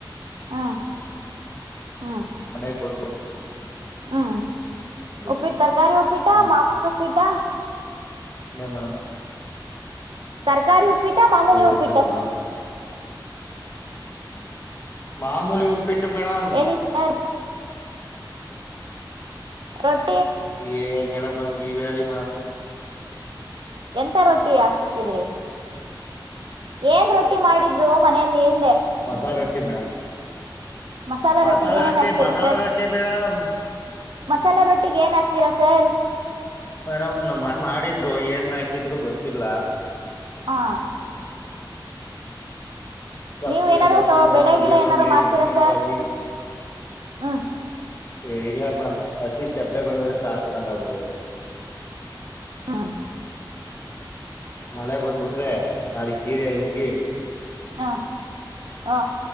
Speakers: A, on the right; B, on the left.
A: ಹ್ಮ್ ಹ್ಮ್
B: ಮನೆಗ್ ಬಂಧು
A: ಹ್ಮ್ ಉಪ್ಪಿಟ್ಟ
B: ಮೇಡಮ್
A: ತರಕಾರಿ ಉಪ್ಪಿಟ್ಟ
B: ಹ್ಮ್
A: ಮಾಮೂಲಿ ಉಪ್ಪಿಟ್ಟ
B: ಇನ್ನೇನ್ ಮೇಡಂ
A: ತರ್ಕಾರಿ ಉಪ್ಪಿಟ ಮಾಮೂಲಿ ಉಪ್ಪಿಟ
B: ಉಪ್ಪಿಟ್ಟು ಮೇಡಮ್ ಮಾಮೂಲಿ ಉಪ್ಪಿಟ್ಟು ಮೇಡಮ್
A: ಹೇಳಿ ಸರ್ ರೋಡ್
B: ಏನ್ ಹೇಳೋದು ಮೇಡಂ ನೀವೇ ಹೇಳಿ ಮೇಡಂ
A: ಎಂತ ರೊಟ್ಟಿ ಹಾಕಿದ್ರಿ ಏನ್ ರೊಟ್ಟಿ ಮಾಡಿದ್ರು ಮನೆಯಲ್ಲಿ ಏನ್
B: ಮಜ ರೊಟ್ಟಿ ಮೇಡಮ್
A: ಮಸಾಲಾ
B: ಮಸಾಲೆ
A: ರೊಟ್ಟಿಗೆ ಏನೇನ್
B: ರೊಟ್ಟಿ
A: ಹಾಕ್ತೀರಾ
B: ಮಸಾಲಾ
A: ಸರ್
B: ರೊಟ್ಟಿ ಮೇಡಮ್
A: ಮಸಾಲಾ <unintelligible>
B: ಮೇಡಮ್ ನಮ್ಮ ಅಣ್ಣ ಮಾಡಿದ್ರು ಏನ್ ಹಾಕಿದ್ರು ಗೊತ್ತಿಲ್ಲ.
A: ಹಾ.
B: ಸಬ್ಸಿಗೆ
A: ನೀವ ಏನಾರೂ
B: ಸೊಪ್ಪು
A: ತೊ ಬೆಳೆಗಿಳೆ
B: ಈರುಳ್ಳಿ
A: ಏನಾರು ಮಾಡ್ತೀರಾ
B: ಮೆಣಸಿನ್ಕಾಯಿ
A: ಸರ್. ಹ್ಮ್.
B: ಏ್ ಇಲ್ಲ ಮೇಡಮ್ ಹಸಿಗೆ ಶಬ್ಬ್ಯ ಬೆ್ರ ಸಾಕೊಂಡಂಗ ಆಗ್ಬಿಡತೆ.
A: ಹ್ಮ.
B: ಮಳೆ ಬಂದ್ಬಿಟ್ರೆ ನಾಳಗ್ ಕೀರಿ ಯುಗ್ಗಿ.
A: ಹಾ ಹಾ.